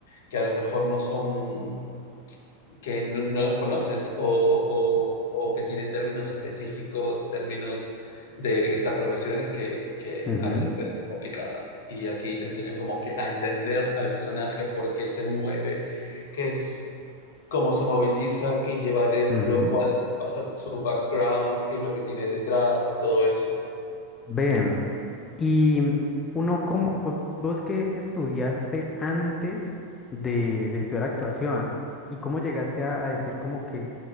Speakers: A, on the left; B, on the left.
A: que a lo mejor no son, que no, no las conoces o, o- o que tienen términos específicos, términos de esas profesiones que, que
B: mhm,
A: a veces pueden ser complicadas. Y aquí te enseñan como que a entender al personaje por qué se mueve, qué es cómo se moviliza, qué lleva adentro,
B: mhm,
A: cuál es su, pasa- su background, qué es lo que tiene detrás y todo eso.
B: Ven, y uno como, vo- vos que estudiaste antes de, de estudiar actuación, y cómo llegaste a, a decir como que,